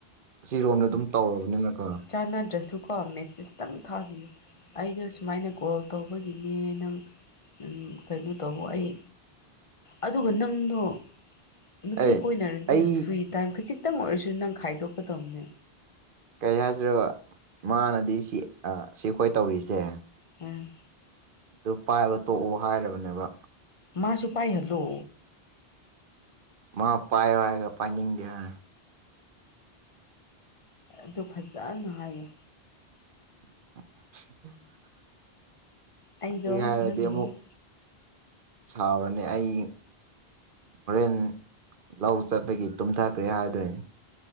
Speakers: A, on the right; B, on the left.
A: ꯁꯤꯔꯣꯝꯗ ꯑꯗꯨꯝ ꯇꯧꯔꯕꯅꯤꯅꯀꯣ
B: ꯆꯥꯟꯅꯗ꯭ꯔꯁꯨ ꯀꯣ ꯃꯦꯁꯦꯁꯇꯪ ꯊꯥꯕꯤꯌꯨ ꯑꯩꯗꯣ ꯁꯨꯃꯥꯏꯅ ꯀꯣꯜ ꯇꯧꯕꯒꯤꯅꯦ ꯅꯪ ꯎ ꯀꯩꯅꯣ ꯇꯧꯕ ꯑꯩ ꯑꯗꯨꯒ ꯅꯪꯗꯣ ꯅꯨꯄꯤ
A: ꯑꯩ
B: ꯀꯣꯏꯅꯔꯗꯤ
A: ꯑꯩ
B: ꯐ꯭ꯔꯤ ꯇꯥꯏꯝ ꯈꯖꯤꯛꯇꯪ ꯑꯣꯏꯔꯁꯨ ꯅꯪ ꯈꯥꯏꯗꯣꯛꯀꯗꯧꯅꯦ
A: ꯀꯩ ꯍꯥꯏꯁꯤꯔꯣ ꯃꯥꯅꯗꯤ ꯁꯤ ꯁꯤꯈꯣꯏ ꯇꯧꯔꯤꯁꯦ
B: ꯎꯝ
A: ꯑꯗꯨ ꯄꯥꯏꯕ ꯇꯣꯛꯑꯣ ꯍꯥꯏꯔꯕꯅꯦꯕ
B: ꯃꯥꯁꯨ ꯄꯥꯏꯍꯜꯂꯣ
A: ꯃꯥ ꯄꯥꯏꯌꯦ ꯍꯥꯏꯔꯒ ꯄꯥꯏꯅꯤꯡꯗꯦ ꯍꯥꯏ
B: ꯑꯗꯨ ꯐꯖꯅ ꯍꯥꯏꯌꯣ
A: <unintelligible>
B: ꯑꯩꯗꯣ
A: ꯀꯩ ꯍꯥꯏꯔꯗꯤ
B: ꯅꯪꯕꯨ
A: ꯑꯃꯨꯛ ꯁꯥꯎꯔꯅꯤ ꯑꯩ ꯍꯣꯔꯦꯟ ꯂꯧ ꯆꯠꯄꯒꯤ ꯇꯨꯝꯊꯈ꯭ꯔꯦ ꯍꯥꯏꯗꯣꯏꯅꯤ